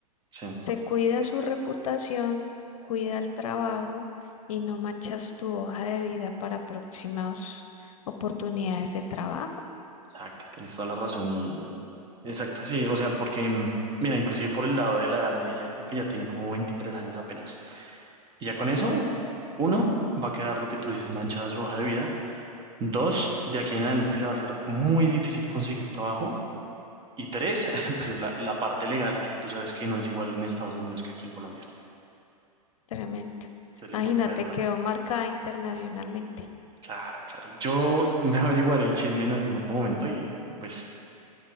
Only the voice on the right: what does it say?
sí,
exacto, tienes toda la razón y... Exacto, sí, o sea, porque, mm, mira, inclusive por el lado de la edad de ella, creo que ya tiene como 23 años apenas. Y ya con eso, uno,
va a quedar lo que tú dices, manchada su hoja de vida. Dos, de aquí en adelante le va a ser muy difícil conseguir trabajo. Y tres, <laughs> pues es la, la parte legal, que tú sabes que no es igual en Estados Unidos que aquí en Colombia.
Entonces le
puede caer una...
Claro, claro. Yo <laughs> me averiguaré el chisme en algún otro momento y pues